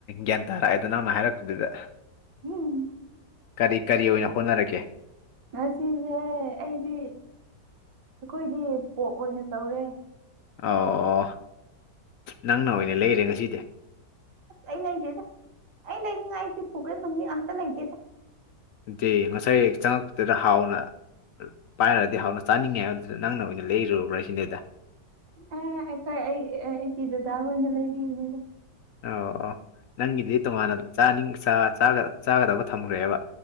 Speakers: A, on the left; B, on the right.
A: ꯒ꯭ꯌꯥꯟ ꯇꯥꯔꯛꯑꯦꯗ ꯅꯪꯅ ꯍꯥꯏꯔꯛꯄꯗꯨꯗ
B: ꯎꯝ
A: ꯀꯔꯤ ꯀꯔꯤ ꯑꯣꯏꯅ ꯍꯣꯠꯅꯔꯒꯦ
B: ꯍꯁꯤꯁꯦ ꯑꯩꯗꯤ ꯑꯩꯈꯣꯏꯗꯤ ꯄꯣꯞ ꯑꯣꯏꯅ ꯇꯧꯔꯦ
A: ꯑꯣ ꯅꯪꯅ ꯑꯣꯏꯅ ꯂꯩꯔꯦ ꯉꯁꯤꯗꯤ
B: ꯑꯩ ꯂꯩꯗꯦꯗ ꯑꯩ ꯂꯩꯅꯤꯡꯉꯥꯏ ꯑꯩꯆꯦ ꯄꯨꯈꯩ ꯃꯒꯤꯦꯛ ꯑꯝꯇ ꯂꯩꯇꯦꯗ
A: ꯑꯗꯨꯗꯤ ꯉꯁꯥꯏ ꯆꯪꯉꯛꯄꯗꯨꯗ ꯍꯥꯎꯅ ꯄꯥꯏꯔꯗꯤ ꯍꯥꯎꯅ ꯆꯥꯅꯤꯡꯉꯦ ꯍꯥꯏꯕꯗꯨꯗ ꯅꯪꯅ ꯑꯣꯏꯅ ꯂꯩꯔꯨꯔꯕ꯭ꯔꯥ ꯁꯤꯅꯦꯗ
B: ꯑꯩꯈꯣꯏ ꯑꯩ ꯏꯆꯦ ꯗꯗꯥ ꯑꯣꯏꯅ ꯂꯩꯕꯤꯕꯅꯤꯗ
A: ꯑꯣ ꯑꯣ ꯅꯪꯒꯤꯗꯤ ꯇꯣꯉꯥꯟꯅ ꯆꯥꯅꯤꯡ ꯆꯥꯒꯗꯕ ꯊꯝꯈ꯭ꯔꯦꯕ